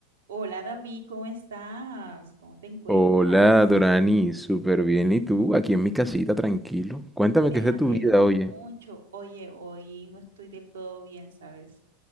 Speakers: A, on the right (about 70°); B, in the centre.
A: Hola David, ¿cómo estás? ¿Cómo te encuentras?
B: Hola, Dorani, súper bien. ¿Y tú? Aquí en mi casita, tranquilo. Cuéntame
A: Me
B: qué es de
A: alegro
B: tu vida, oye.
A: mucho. Oye, hoy no estoy del todo bien, ¿sabes?